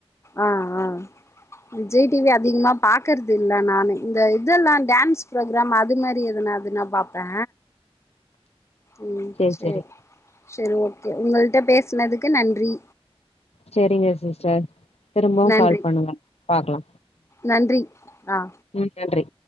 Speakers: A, on the left; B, on the left.
A: ஆ ஆ விஜய் டி வி அதிகமா பாக்றது இல்ல நானு இந்த இதெல்லா டான்ஸ் ப்ரோக்ராம் அது மாரி எதனாதுனா பாப்பே ம்
B: சேரி
A: சேர்
B: சேரி
A: சேர் ஓகே உங்கள்ட்ட பேசுனதுக்கு நன்றி
B: சேரிங்க சிஸ்டர் திரும்பவு
A: நன்றி
B: கால் பண்ணுங்க பாக்லா
A: நன்றி ஆ
B: நன்றி